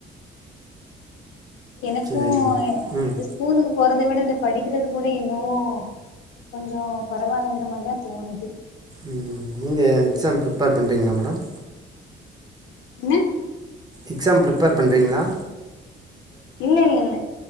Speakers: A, on the left; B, on the right.
A: எனக்கு
B: சரிங்க ம்
A: இந்த ஸ்கூலுக்கு போற விட இந்த படிக்கிறது கூட என்னவோ கொஞ்சோ பரவால்லங்கிற மாதிரி தா தோணுது
B: ம் நீங்க எக்ஸாம் ப்ரிப்பேர் பண்றீங்களா மேடம்
A: என்ன
B: எக்ஸாம் ப்ரிப்பேர் பண்றீங்களா
A: இல்ல இல்ல இல்ல